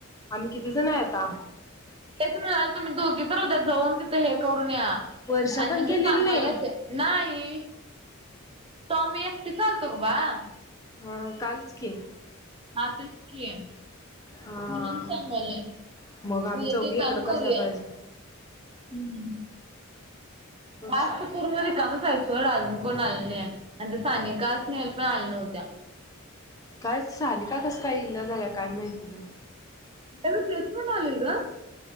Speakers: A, on the left (about 15°); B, on the right (about 25°).
A: आम्ही किती जण आहे आता?
B: तेच म्हणालते, तुम्ही दोघी तर उद्या जाऊन तिथं हे करून या आणि
A: वर्षा पण
B: म्हणजे
A: केलेली
B: सांगायला
A: नाही
B: येतंय नाही, तवा मी एकटीच आलतो गं बाळ.
A: हो हो, कालच की?
B: हा, तेच की.
A: हा
B: म्हणून सांगालोय,
A: मग आम्ही
B: उद्या
A: चौघी
B: ते काम
A: इकडं बसाय
B: करूया.
A: पाहिजे
B: हम्म.
A: बस
B: जास्त पूर्ण रिकामच हायत. सोड आजून कोण आलेल नाहीये आणि ते सानिका, स्नेहल पण आल्या नव्हत्या.
A: कायच, सानिका कसं काय इना झाल्या काय माहिती बाई?
B: मी पण तेच म्हणालोय गं.